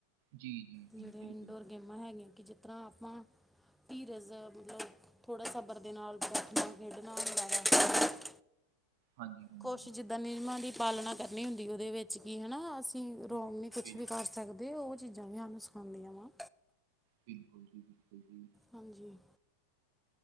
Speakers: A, on the right; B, in the centre.
A: ਜੀ ਜੀ'
B: ਜਿਹੜੀਆਂ
A: ਜੀ ਬਿਲਕੁਲ
B: ਇਨਡੋਰ ਗੇਮਾਂ ਹੈਗੀਆਂ ਕਿ ਜਿ ਤਰ੍ਹਾਂ ਆਪਾਂ ਧੀਰਜ਼ ਮਤਲਬ ਥੋੜ੍ਹਾ ਸਬਰ ਦੇ ਨਾਲ ਬੈਠਣਾ ਖੇਡਣਾ ਹੁੰਦਾ ਵਾਂ।
A: ਹਾਂਜੀ। ਹਾਂਜੀ
B: ਕੁਛ
A: ਹਾਂਜੀ
B: ਜਿੱਦਾਂ ਨਿਯਮਾਂ ਦੀ ਪਾਲਣਾ ਕਰਨੀ ਹੁੰਦੀ ਕੀ ਹਨਾ ਅਸ ਕਿ ਰੌਗ
A: ਹਮ,
B: ਨਹੀਂ ਕੁਛ
A: ਬਿਲ-
B: ਵੀ ਕਰ ਸਕਦੇ। ਉਹ ਚੀਜ਼ਾਂ ਵੀ ਸਾਨੂੰ ਸਿਖਾਉਂਦੀਆਂ ਵਾ।
A: ਬਿਲਕੁਲ ਜੀ, ਬਿਲਕੁਲ ਜੀ।
B: ਹਾਂਜੀ।